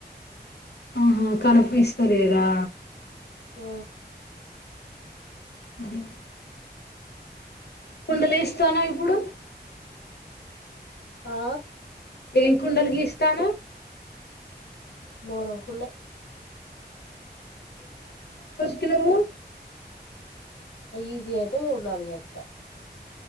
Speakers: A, on the left; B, on the left.
A: ఆహా కనిపిస్తలేదా?
B: మ్
A: మ్ హు కుండలేస్ తన ఇప్పుడు
B: ఆ
A: ఏం కుండలు గీస్తాన్నవ్
B: బోరంకుండే
A: చినము
B: ఈజీ అయితే మూడు నాలుగు ఎత్తా